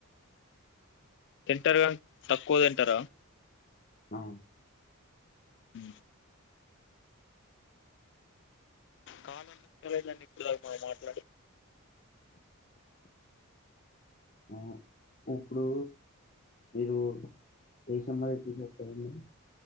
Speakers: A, on the left; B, on the left.
A: తింటర్గా తక్కువ తింటార
B: ఆ
A: అ కాల్ ఎందుకు <unintelligible> ఆఇందండి ఇప్పుటి దాకా మనం మాట్లాడు
B: ఆ ఇప్పుడు మీరు ఏ సినిమా <unintelligible> స్తారండి